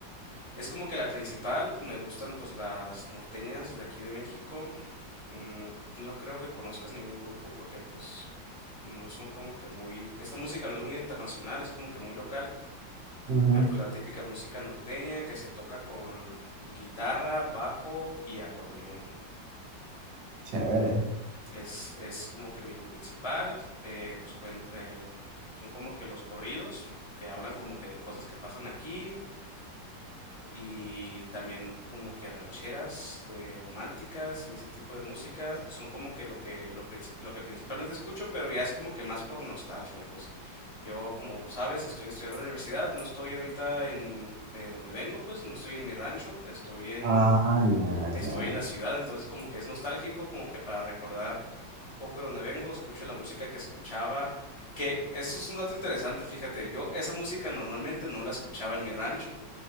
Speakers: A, on the left; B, on the right.
A: Es como que la principal, me gustan pues las norteñas de aquí de México. Mm, no creo que conozcas ningún grupo porque pues no son como que muy, esta música no es muy internacional, es como que muy local,
B: Ujú.
A: pero pues la típica música norteña que se toca con guitarra, bajo y acordeón.
B: Chévere.
A: Es, es como que mi lo principal, eh, pues cuen- eh, son como que los corridos que hablan como que de cosas que pasan aquí, y también como que rancheras de románticas y ese tipo de música son como que lo que lo, princip- lo que principalmente escucho pero ya es como que más por nostalgia pues yo como sabes estoy estudiando en la universidad no estoy ahorita en eh, donde vengo pues no estoy en mi rancho estoy en
B: Ah, ya,
A: estoy
B: claro.
A: en la ciudad entonces como que es nostálgico como que para recordar un poco de donde vengo escucho la música que escuchaba que esto es un dato interesante fíjate yo esa música normalmente no la escuchaba en mi rancho